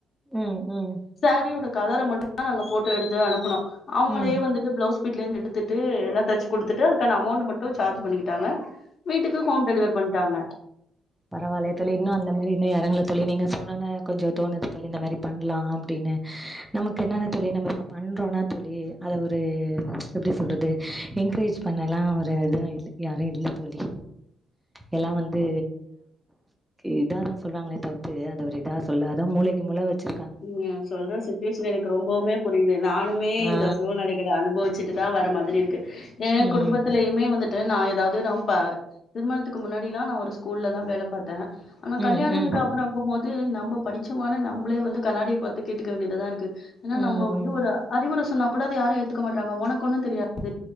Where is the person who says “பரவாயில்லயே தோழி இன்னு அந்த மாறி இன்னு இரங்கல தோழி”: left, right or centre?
Centre